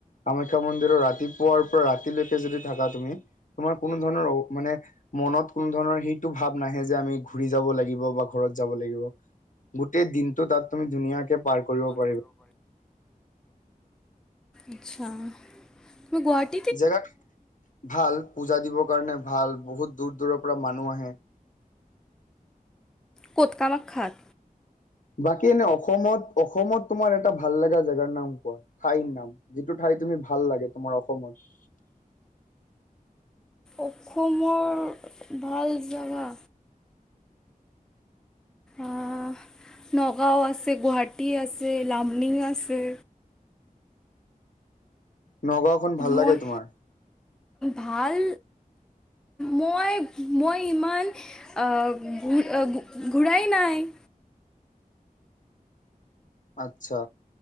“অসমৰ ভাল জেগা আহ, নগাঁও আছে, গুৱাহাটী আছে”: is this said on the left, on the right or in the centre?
Centre